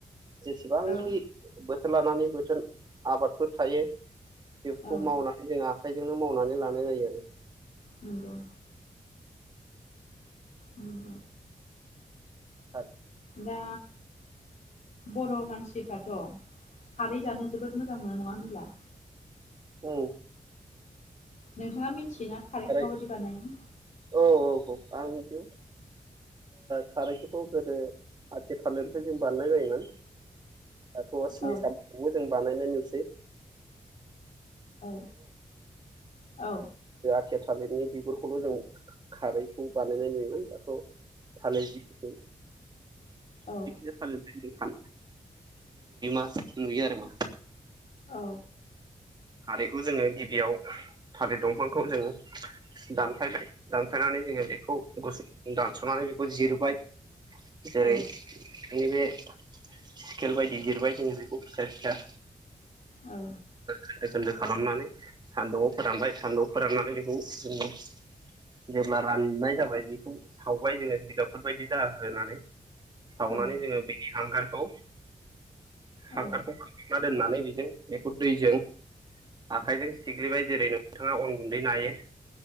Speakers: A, on the right; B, on the left.
A: जेसेबांखि
B: औ
A: बो बोथोर लानानै बोथोर आबादफोर थायो बेफोरखौ
B: औ
A: मावनानै जोंहा आखाइजोंनो मावनानै लानाय जायो आरो
B: नंगौ। उम
A: औ
B: दा बर' मानसिफ्राथ' सानै जानो जोबोद मोजां मोनो नङा होनब्ला
A: औ
B: नोंथाङा मिथि बिदिना खारैखौ
A: खारै
B: माबायदि बानायो?
A: औ औ औ आं <unintelligible> ओ खारैखौथ' गोदो आथि थालिरनिफ्राय जों बारनाय जायोमोन दाथ' सिनि
B: औ
A: सामामखौबो जों बानायनाय नुसै
B: औ औ
A: थिया थालिरनि बिगुरखौल' जों खारैखौ बानायनाय नुयोमोन दाथ' थालिर <unintelligible> जायखि
B: औ
A: जाखाया थालिर बिफां <unintelligible> नुयो आरोमा
B: औ
A: थालिरखौ जोङो गिबियाव थालिर दंफांखौ जोंङो दानफायबाय खिन्थानानै जोङो बेखौ गुसो दानसना बेखौ जिरबाय जेरै
B: औ
A: बिदिनो सिकेल बायदि जिरबाय जों बिखौ फिसा फिसा
B: औ
A: खोन्दो खोन्दो खालामनानै सान्दुंआव फोरानबाय सान्दुंआव फोराननानै बेखौ जोङो जेब्ला राननाय जाबाय बेखौ सावबाय जोङो जिगाबफोर बायदि जाहोनानै। सावनानै
B: औ
A: जोङो बेनि हांगार औ
B: औ
A: हांगारखौ <unintelligible> ना दोननानै बेजों बेखौ दैजों आखायजों सिग्लिबाय जेरै नोंथाङा अन गुन्दै नायो